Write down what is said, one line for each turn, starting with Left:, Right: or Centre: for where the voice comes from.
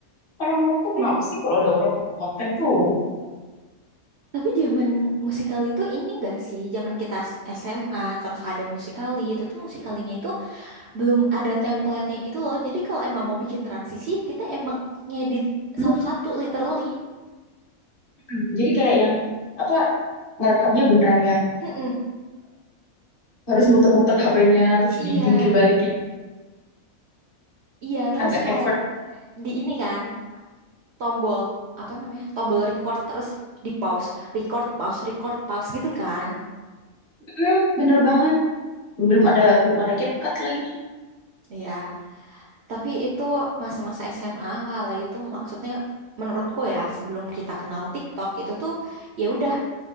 Left: orang-orang tuh
Right: Hmm.
Left: kenapa sih kalau ada orang buat konten tuh
Right: Tapi zaman Musical.ly itu ini enggak sih? Zaman kita s- SMA terus ada Musical.ly, itu tuh Musical.ly-nya itu belum ada template-nya gitu loh. Jadi kalau emang mau bikin transisi, kita emang ngedit
Left: Dulu,
Right: satu-satu literally.
Left: mm, jadi kayak yang apa ngerekamnya beneran yang
Right: Mm-mm.
Left: harus muter-muter HP-nya terus
Right: Iya,
Left: dijungkir balikin
Right: iya terus
Left: agak
Right: kayak
Left: effort
Right: di ini kan tombol apa namanya? Tombol record terus di pause, record, pause, record, pause gitu kan.
Left: Mm, bener banget belum ada belum ada CapCut lagi
Right: Iya. Tapi itu masa-masa SMA kala itu maksudnya menurutku ya sebelum kita kenal TikTok itu tuh ya udah